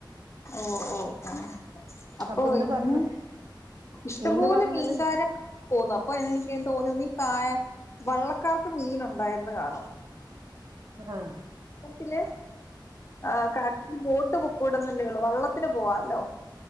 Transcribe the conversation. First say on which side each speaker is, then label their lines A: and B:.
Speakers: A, on the left; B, on the right.
A: ഓഹ് ഓഹ് ആഹ് അപ്പോ
B: അപ്പൊ ഇന്ന്
A: ഏന്നും
B: പറഞ്ഞ്
A: ഇഷ്ടംപോലെ
B: ഇന്ന് പറഞ്ഞ്
A: മീൻകാര
B: ഇന്ന്
A: പോന്നു അപ്പൊ എനിക്ക് തോന്നി ഈ കായൽ വള്ളക്കാർക്ക് മീൻ ഉണ്ടായിരുന്നു കാണും
B: ആഹ്
A: വെള്ളത്തില് ആഹ് കട <unintelligible> ബോട്ട് പൊക്കൂടെന്നല്ലേ ഉള്ളൂ വള്ളത്തിന് പോവാല്ലോ